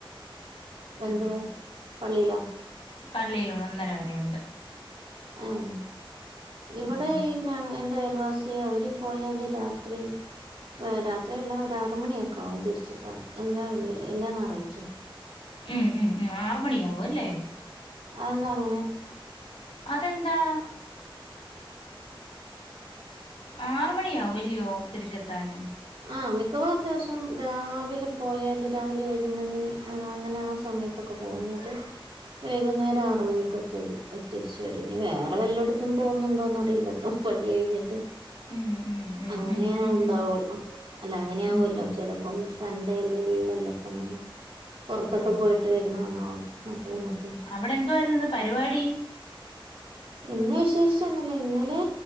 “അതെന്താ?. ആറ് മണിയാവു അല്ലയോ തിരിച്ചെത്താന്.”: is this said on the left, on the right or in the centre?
Left